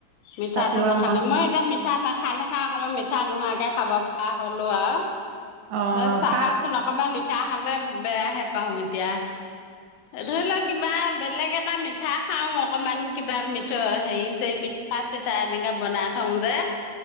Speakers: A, on the left; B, on the right.
A: মিঠাটো
B: তথাপিও
A: নখালে
B: মন
A: মই এতিয়া মিঠা নাখাই নাখা আক মই মিঠা নোহোৱাকে খাব। চাহ হলো আৰু
B: অ
A: চাহচোন
B: চাহ
A: অকমান মিঠা খালো। মানে বেয়াহে পাওঁ এতিয়া। ধৰি লও কিবা বেলেগ এটা মিঠা খাও অকমান কিবা মিঠ হেৰি চ পিঠ চাহ পিঠা চিঠা এনেকে বনাই থওঁ যে